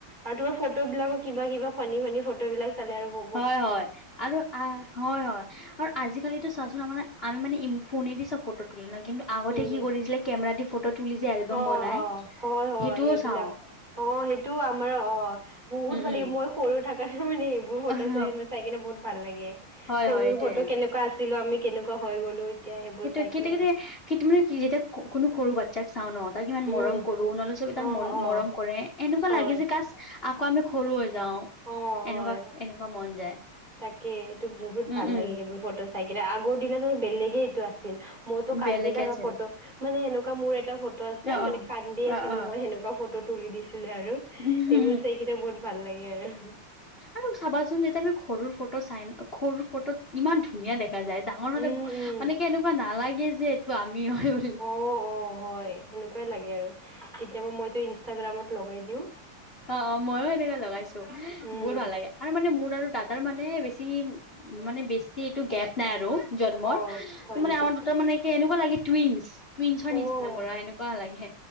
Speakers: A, on the right; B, on the left.
A: আৰু তোমাৰ ফটো বিলাকো কিবা কিবা ফনী ফানি ফটো বিলাক চালে আৰু বৌ-
B: হয় হয় আৰু আ হয় হয়। আৰু আজিকালিত টো চা চোন আমাৰ আমি মানে ফোনে দি চা ফটো তুলি ল কিন্তু আগতে
A: উম
B: কি কৰিছিলে কেমেৰা দি ফটো তুলি যে, এলবাম
A: অ
B: বনাই
A: অ
B: সেইটোও
A: হয় হয় সেইবিলাক
B: চাওঁ।
A: অ সেইটো আমাৰ অ বহুত
B: উম,
A: ভাল
B: উম,
A: লাগিব, মই সৰু থাক মানে এইবোৰ ফটো
B: অহ,
A: চাই মই চাই কিনে বহুত ভাল লাগে।
B: হয়,
A: সৰুৰ
B: হয়, এইটোয়ে।
A: ফটো কেনেকুৱা আছ- আছিলো আমি কেনেকুৱা হৈ গ'লো। এতিয়া সেইবোৰ
B: সেইটোৱে
A: চাই
B: কেত
A: কিনে
B: কেত কি তুমি যেতিয়া খ খ কোনো সৰু বাট যাক চাও ন তাক ইমান
A: উম
B: মৰম কৰো নহলে চবেই
A: অ
B: তাক মন
A: অ
B: মৰম কৰে এনেকুৱা
A: হয়
B: লাগে যে কাচ আকৌ আমি সৰু হৈ যাও,
A: অ হয়
B: এনেকুৱা এনেকুৱা মন যায়।
A: তাকে, সেইটো বহুত
B: উম,
A: ভাল
B: উম,
A: লাগে সেইবোৰ ফটো চাই কিনে আগৰ দিনা বেলেগে এইটো আছিল। মোৰতটো কান্দি
B: বেলেগে
A: থকা
B: আছিল
A: ফটো মানে সেনেকোৱা মোৰ এটা ফটো আছে
B: অ',
A: মানে
B: অ',
A: কান্দি আছিলো
B: অ', অ'।
A: মই সেনেক ফটো তুলি দিছিলে আৰু,
B: উম,
A: সেইবোৰ চাই কিনে বহুত ভাল লাগে আৰু।
B: আৰু চাবাচোন যেতিয়া আমি সৰুৰ ফটো চাইন, সৰুৰ ফটোত ইমান ধুনীয়া দেখ- খা যায় ডাঙৰ
A: উম
B: মানে
A: উম
B: মানে এনেকুৱা নালাগে যে এইটো আমি হয় বুলি।
A: অ অ হয় সেনেকুৱাই লাগে আৰু কেতিয়াবা মইতো ইনষ্টাগ্ৰামত লগাই দিওঁ।
B: অ অ মইয়ো এনেকে লগাইছো
A: উম
B: বহুত ভাল লাগে। আৰু মানে মোৰ আৰু দাদাৰ মানে বেছি উ মানে বেছিত টো গেপ নাই আৰু জন্মৰ,
A: অ হয়
B: ত মানে
A: নেকি
B: আমাৰ দুটাৰ মানে এনেকুৱা লাগে টুইনচ। টুইনছৰ
A: অ
B: নিচিনা বৰা এনেকুৱা লাগে।